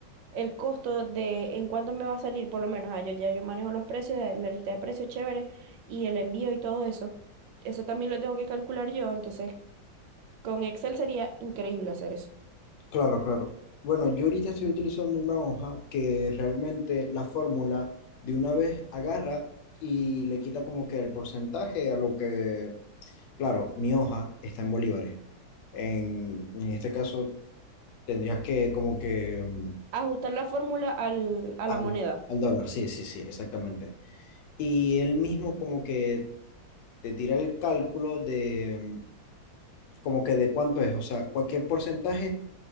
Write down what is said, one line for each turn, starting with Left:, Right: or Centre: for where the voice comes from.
Right: el costo de en cuánto me va a salir, por lo menos, ah, yo ya yo manejo los precios, eh, la lista de precios chévere y el envío y todo eso. Eso también lo tengo que calcular yo, entonces con Excel sería increíble hacer eso.
Left: Claro, claro. Bueno, yo ahorita estoy utilizando una hoja que realmente la fórmula de una vez agarra y le quita como que el porcentaje a lo que, claro, mi hoja está en bolívares. En, en este caso tendrías que como que mm,
Right: Ajustar la fórmula al, a
Left: al,
Right: la moneda,
Left: al dólar, sí, sí, sí, exactamente. Y él mismo como que te tira el cálculo de mm, como que de cuánto es, o sea, cualquier porcentaje